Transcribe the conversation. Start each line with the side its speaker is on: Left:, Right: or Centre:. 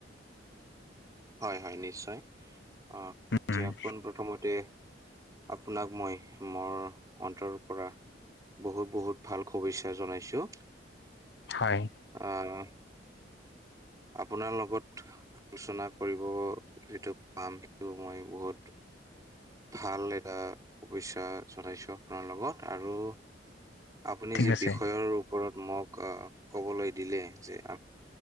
Right: হয় হয় নিশ্চয় আহ এতিয়া
Left: উম,
Right: পোন প্ৰথমতে আপোনাক মই মোৰ অন্তৰৰ পৰা বহুত বহুত ভাল শুভেচ্ছা জনাইছোঁ।
Left: হয়।
Right: আ ন আপোনাৰ লগত আলোচনা কৰিব যিটো পাম সেইটো মই বহুত ভাল এটা শুভেচ্ছা জনাইছো আপোনাৰ লগত আৰু আপুনি
Left: ঠিক
Right: যি
Left: আছে
Right: বিষয়ৰ ওপৰত মোক আ ক'বলৈ দিলে যে